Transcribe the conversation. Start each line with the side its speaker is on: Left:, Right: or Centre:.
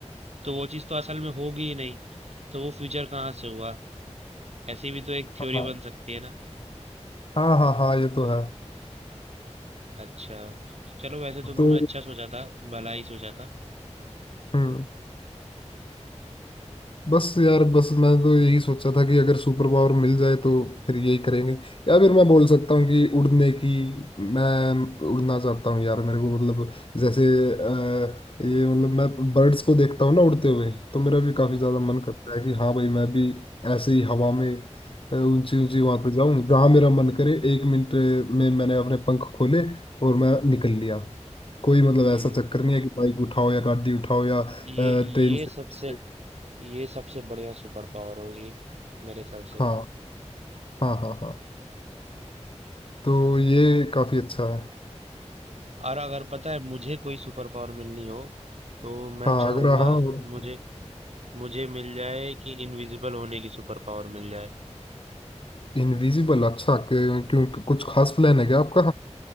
Right: तो वो चीज तो असल में होगी ही नहीं तो वो फ्यूचर कहाँ से हुआ ऐसी भी तो एक थ्योरी
Left: हाँ
Right: बन सकती है ना
Left: हाँ हाँ हाँ हाँ, ये तो है
Right: अच्छा चलो वैसे तो तुमने
Left: तो
Right: अच्छा सोचा था भला ही सोचा था
Left: हम्म बस यार बस मैं तो यही सोचा था कि अगर सुपर पावर मिल जाए तो फिर यही करेंगे या फिर मैं बोल सकता हूँ कि उड़ने की मैं उड़ना चाहता हूँ यार मेरे को मतलब जैसे अ, ये मतलब मैं बर्ड्स को देखता हूँ ना उड़ते हुए तो मेरा भी
Right: हम्म
Left: काफी ज्यादा मन करता है कि हाँ भाई मैं भी ऐसे ही हवा में अ, ऊंची ऊंची वहां पे जाऊं जहां मेरा मन करे एक मिनट में मैंने अपने पंख खोले और मैं निकल लिया कोई मतलब
Right: हम्म
Left: ऐसा चक्कर नहीं है कि बाइक उठाओ या गाड़ी उठाओ या
Right: ये
Left: ट्रेन
Right: ये
Left: से
Right: सबसे
Left: से-
Right: ये सबसे बढ़िया सुपर पावर होगी मेरे हिसाब से
Left: हाँ हाँ हाँ हाँ तो ये काफी अच्छा है
Right: और अगर पता है मुझे कोई सुपर पावर मिलनी हो तो मैं
Left: हाँ
Right: चाहूंगा
Left: अगर हाँ
Right: मुझे मुझे मिल जाए कि इनविजिबल होने की सुपर पावर मिल जाए
Left: इनविजिबल अच्छा क्यों क्यों- कुछ खास प्लान है क्या आपका